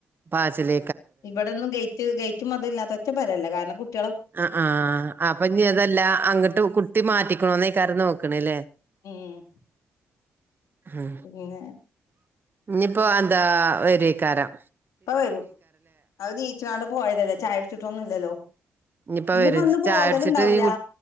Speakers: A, on the right (about 35°); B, on the left (about 70°).
A: പാച്ചില്
B: ഇബടൊന്നും ഗൈറ്റ് ഗെയ്റ്റും മത് ലുല്ലാ ത്ത ഒറ്റ പെരല്ല കാര്ണം കുട്ട് വെ
A: ആഹ് ആഹ് അപഞ്ഞതല്ല അങ്ങട്ട് കു ട്ടി മാറ്റിക്ക്ണോന്നെയ്‌ക്കാരം നോക്ക്ണ് ഇല്ലേ
B: ഉം
A: അഹ്
B: പിന്നെ
A: ഇഞ്പ്പ അതാ വരൊയ്ക്കാരം
B: ഇപ്പ വരും അഹ് നീച്ചാണ്ട് പോയതല്ലേ ചായൊട് ച്ച്ട്ടൊന്നുല്ലല്ലോ
A: ഇനിയിപ്പ
B: ഇന്പ്പ
A: വരും
B: ഇന്ന് പോകല്
A: ചായ കുടിച്ചിട്ട്
B: ഇണ്ടാവൂല
A: ഈ കു